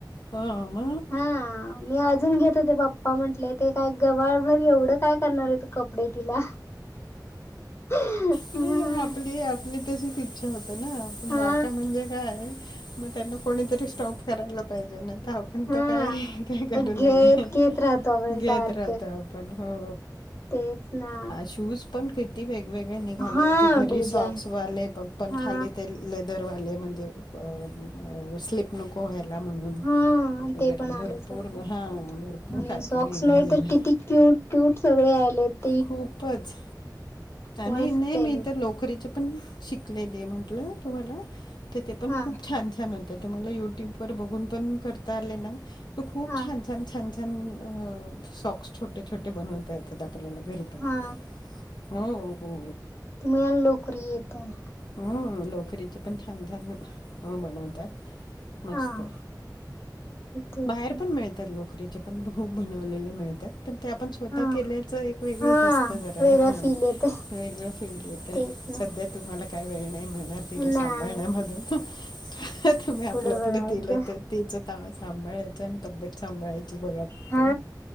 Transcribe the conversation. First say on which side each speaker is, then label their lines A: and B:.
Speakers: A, on the left; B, on the left.
A: हा मग
B: हा मी अजून घेत होते पप्पा म्हंटले ते काय गबाळभर एवढं काय करणार आहे तू कपडे तिला <unintelligible>
A: नाही आपली आपली तशीच इच्छा होत ना पण
B: हा
A: बायका म्हणजे काय मग त्यांना कोणी तर ते स्टॉप करायला पाहिजे नाहीतर आ पण
B: हा
A: तर काय काय खरं
B: घेत
A: नाही
B: घेत राहतो आपण
A: घेत
B: सारखे
A: राहतो आपण हो
B: तेच ना
A: हा शूज पण किती वेगवेगळे निघाले
B: हा
A: ते घरी
B: डिझाईन
A: सॉक्स वाले ब पण
B: हा
A: खाली ते लेदरवाले म्हणजे अह अम स्लीप नको व्हायला म्हणून
B: हा
A: वगैरे
B: ते पण आले
A: भरपूर
B: सध्या
A: हा, भरपूर
B: आणि
A: काय
B: सॉक्स
A: काय निघालेलं
B: मध्ये तर किती क्यूट क्यूट सगळे आलेत
A: खूपच
B: मस्त
A: आणि नाही
B: आलेत
A: मी तर लोकरीचे पण शिकलेली म्हंटलं तुम्हाला तर ते पण
B: हा
A: खूप छान छान आ तर तुम्हाला युट्युब वर बघून पण करता आले ना तर खूप
B: हा
A: छान छान छान छान अह सॉक्स छोटे छोटे बनवता येतात आपल्याला घरी पण,
B: हा
A: हो हो.
B: तुम्हाला लोकरी येतं
A: हो लोकरीचे पण छान छान हो बनवतात मस्त
B: हा तेच
A: बाहेर
B: ना
A: पण मिळतात लोकरी चे पण खूप बनवलेले मिळतात पण ते आपण स्वतः
B: हा
A: केल्याचं एक वेगळंच
B: हा
A: असत जरा
B: वेगळं
A: हा
B: फील येते
A: वेगळं फील येतं
B: तेच ना
A: सध्या तुम्हाला काय वेळ नाही मिळणार. तिला सांभळण्या
B: नाही
A: मधून, तुम्ही आपलं
B: पुढं
A: आपलं
B: बघायचं
A: दिल ते तीच ता सांभाळायच आणि तब्येत सांभाळायची बघा फक्त.
B: हा